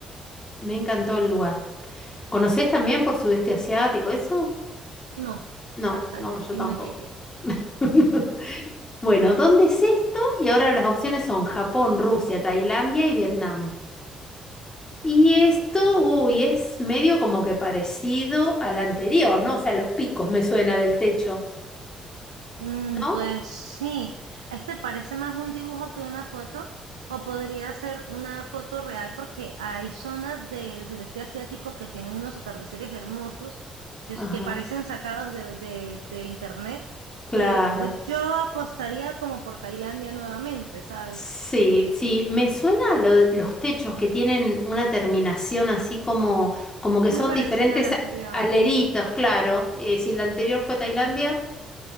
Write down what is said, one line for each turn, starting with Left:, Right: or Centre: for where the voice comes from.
Left: Me encantó el lugar. ¿Conocés también por sudeste asiático eso?
Right: No,
Left: No,
Right: hasta
Left: no,
Right: allá
Left: yo
Right: sí
Left: tampoco.
Right: no llegué.
Left: <laughs> Bueno, ¿dónde es esto? Y ahora las opciones son Japón, Rusia, Tailandia y Vietnam. Y esto, uy, es medio como que parecido al anterior, ¿no? O sea, los picos me suena del techo,
Right: Mm,
Left: ¿no?
Right: pues sí, este parece más un dibujo que una foto, o podría ser una foto real porque hay zonas del sureste asiático que tienen unos atardeceres hermosos, es-
Left: Ajá,
Right: que parecen sacados de, de- de internet.
Left: claro.
Right: Eh, pues yo apostaría como por Tailandia nuevamente, ¿sabes?
Left: Sí, sí, me suena lo- los techos que tienen una terminación así como, como que
Right: Muy
Left: son
Right: parecida
Left: diferentes
Right: a la anterior.
Left: a- aleritos, claro. Eh, si la anterior fue
Right: Pues
Left: Tailandia,
Right: bueno.